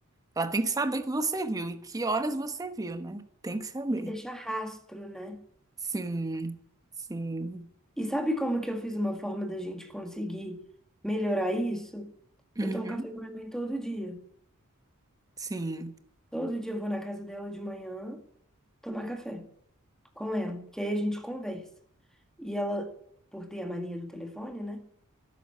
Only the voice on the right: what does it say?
Ela tem que saber que você viu e que horas você viu, né? Tem que saber.
Sim, sim.
Uhum.
Sim,